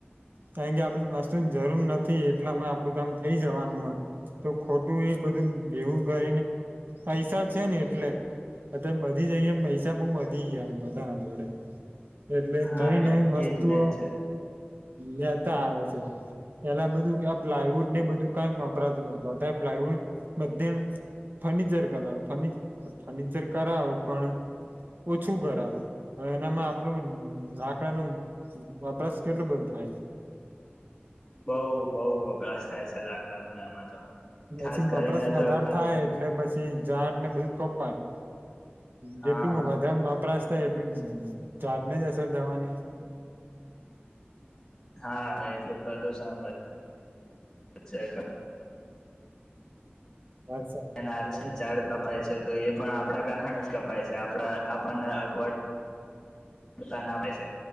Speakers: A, on the right; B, on the left.
A: કારણ કે આપણે મસ્તુની જરૂર નથી એટલામાં આપણું કામ થઈ જવાનું હોય તો ખોટું એ બધું ભેવું કરીને પૈસા છે. ને એટલે એ બધી જગ્યા પૈસા બહુ વધી ગયા છે. બધા ના જોડે એટલે
B: હા
A: નવી નવી વસ્તુઓ
B: એજ મેન છે
A: લેતા આવે છે એલા બધું આ પ્લાયવુડ ને બધું કઈ વપરાતું નતું પ્લાયવુડ બધ ફર્નિચર કરાવ ફર્નિચર કરાવો પણ ઓછું કરાવ હવે એનામાં આપડું લાકડા નું વપરાશ કેટલોું બધું થાય છે.
B: બઉ બઉ વપરાશ થાય છે લાકડાનો એમાં તો. ખાસ
A: ચી
B: કરીને
A: પ્રશ્નધાર
B: તો ખાલી
A: થાય એટલે પછી. ઝાડ ને બધું જ કપાય હ
B: હા
A: જેટલું બધાપરા એટલું જડલે જ હ સરર જવાની
B: હા એટલું પ્રદુષણ કર અચ્છાય ક
A: વાત સાચી
B: એ ના
A: છે
B: છેને ચાડ કપાય છે તો એ પણ આપ આપણા કારણ જ કપાય છે આપણા આપણને અગવડવડતા નાપે છે